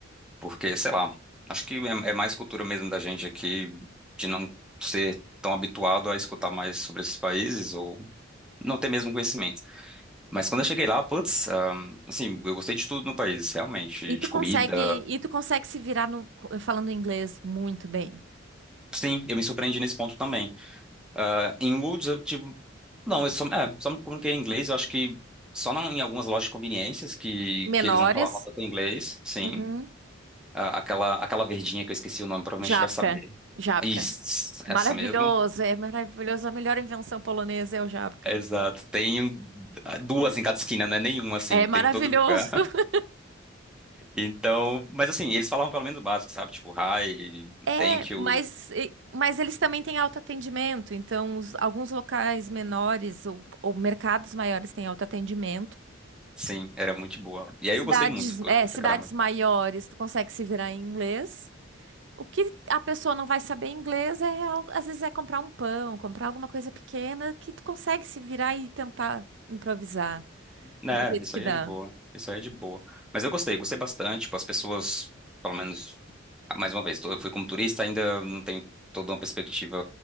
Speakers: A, in the centre; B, on the right.
A: Porque, sei lá, acho que é, é mais cultura mesmo da gente aqui de não ser tão habituado a escutar mais sobre esses países ou não ter mesmo conhecimento. Mas quando eu cheguei lá, putz, ahn, assim, eu gostei de tudo no país, realmente,
B: E
A: de
B: tu
A: comida.
B: consegue, e tu consegue se virar no- falando inglês muito bem.
A: Sim, eu me surpreendi nesse ponto também. Ah, em Woods eu tive. Não, eu só, é, só me comuniquei em inglês, eu acho que só não, em algumas lojas de conveniências que,
B: Menores.
A: que eles não falavam tanto inglês, sim.
B: Uhum.
A: Ah, aquela, aquela verdinha que eu esqueci o nome, provavelmente
B: jabka,
A: vai saber.
B: Jábca.
A: Isso, essa
B: Maravilhoso,
A: mesmo.
B: é maravilhoso. A melhor invenção polonesa é o jabka.
A: Exato. Tem um- duas em cada esquina, né? Nenhuma, assim,
B: É maravilhoso.
A: tem em todo lugar.
B: <laughs>
A: Então, mas assim, eles falavam pelo menos o básico, sabe? Tipo, hi,
B: É,
A: thank
B: mas,
A: you.
B: e- mas eles também têm autoatendimento. Então, os- alguns locais menores ou, ou mercados maiores têm autoatendimento.
A: Sim, era muito boa. E
B: Cidades,
A: aí eu gostei muito, gostei
B: é, cidades
A: pra caramba.
B: maiores, tu consegue se virar em inglês. O que a pessoa não vai saber inglês é, algo- às vezes, é comprar um pão, comprar alguma coisa pequena que tu consegue se virar e tentar improvisar
A: Né,
B: do jeito
A: isso
B: que
A: aí
B: dá.
A: é de boa. Isso aí é de boa. Mas eu gostei, gostei bastante. Tipo, as pessoas, pelo menos, mais uma vez, eu fui como turista, ainda não tenho toda uma perspectiva,